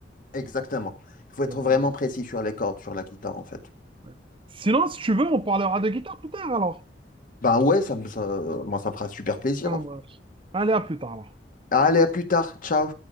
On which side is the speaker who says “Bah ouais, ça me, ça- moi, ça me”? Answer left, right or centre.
Left